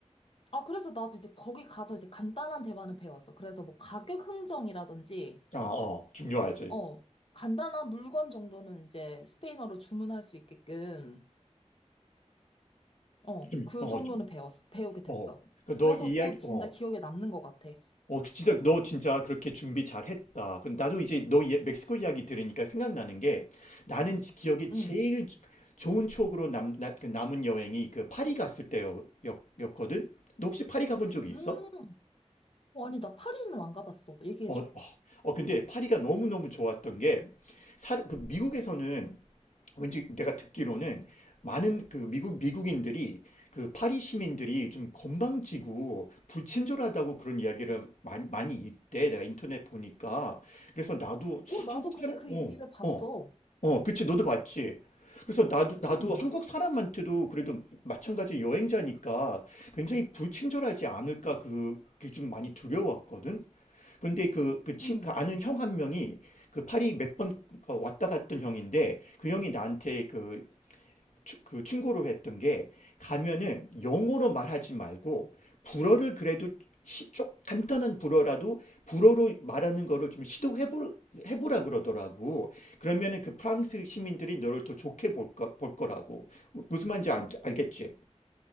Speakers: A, on the left; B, on the left.
A: 아, 그래서 나도 이제 거기 가서 이제 간단한 대화는 배웠어. 그래서 뭐 가격 흥정이라든지,
B: 아, 어, 중요하지.
A: 어, 간단한 물건 정도는 이제 스페인어로 주문할 수 있게끔. 어,
B: 좀,
A: 그
B: 어,
A: 정도는
B: 좀,
A: 배웠어. 배우게 됐어.
B: 어. 그 너
A: 그래서
B: 이야기,
A: 또 진짜
B: 어,
A: 기억에 남는 것 같아.
B: 어, 그 진짜, 너 진짜 그렇게 준비 잘 했다. 그럼 나도 이제 너 이야- 멕시코 이야기 들으니까 생각나는 게 나는 지- 기억에 제일
A: 응.
B: 좋은 추억으로 남, 나- 그 남은 여행이 그 파리 갔을 때였거든? 너 혹시 파리 가본 적이 있어?
A: 음, 어, 아니, 나 파리는 안 가봤어. 얘기해줘.
B: 어, 어, 어, 근데 파리가 너무너무 좋았던 게, 사, 그 미국에서는 왠지 내가 듣기로는 많은 그 미국 미국인들이 그 파리 시민들이 좀 건방지고 불친절하다고 그런 이야기를 많이 많이 있대. 내가 인터넷 보니까. 그래서 나도
A: 어, 나도
B: 한국
A: 근데
B: 사람
A: 그
B: 어,
A: 얘기를 봤어.
B: 어, 어, 그치. 너도 봤지. 그래서 나도 나도
A: 응,
B: 한국 사람한테도 그래도 마찬가지 여행자니까 굉장히 불친절하지 않을까 그 그게 좀 많이 두려웠거든. 근데 그, 그 친,
A: 응.
B: 그 아는 형 한 명이 그 파리 몇번 어, 왔다 갔던 형인데 그 형이 나한테 그, 추, 그 충고를 했던 게 가면은 영어로 말하지 말고 불어를 그래도 시, 좀 간단한 불어라도 불어로 말하는 거를 좀 시도해볼, 해보라 그러더라고. 그러면은 그 프랑스 시민들이 너를 더 좋게 볼, 거, 볼 거라고. 무- 무슨 말인지 알, 알겠지?